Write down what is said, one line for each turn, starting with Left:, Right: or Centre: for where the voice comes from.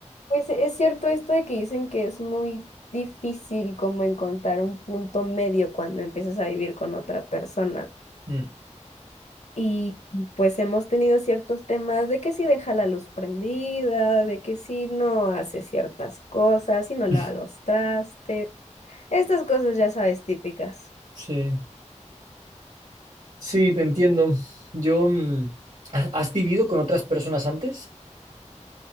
Left: pues es cierto esto de que dicen que es muy difícil como encontrar un punto medio cuando empiezas a vivir con otra persona.
Right: mm.
Left: Y pues hemos tenido ciertos temas de que si deja la luz prendida, de que si no hace ciertas cosas, si no lava
Right: <laughs>
Left: los trastes, estas cosas ya sabes típicas.
Right: Sí, sí, te entiendo. Yo, mm, ¿ha- ¿has vivido con otras personas antes?